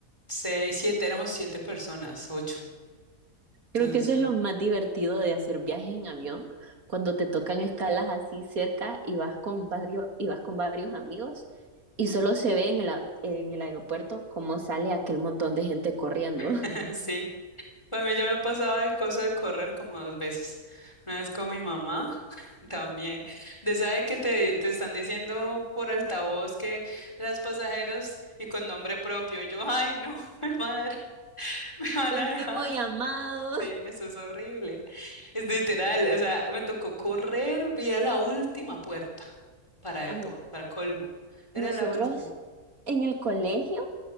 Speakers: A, on the left; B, on the right.
A: seis, siete, éramos siete personas, ocho. Entonces,
B: Creo que eso es lo más divertido de hacer viajes en avión, cuando te tocan escalas así cerca y vas con varios, y vas con varios amigos y
A: ujú,
B: solo se ve en el, a- en el aeropuerto cómo sale aquel montón de gente corriendo.
A: <laughs> sí. Para mí ya me ha pasado el coso de correr como dos veces. Una vez con mi mamá <laughs> también. De sabe que te, te están diciendo por altavoz que las pasajeros y con nombre propio. Yo, ay, no, <laughs> madre, me van
B: <laughs> Último
A: a dejar.
B: llamado.
A: Sí, eso es horrible. Es literal, o sea, me tocó correr y era la última puerta para
B: Ay,
A: todo, para colmo. Era
B: Nosotros
A: la última.
B: en el colegio,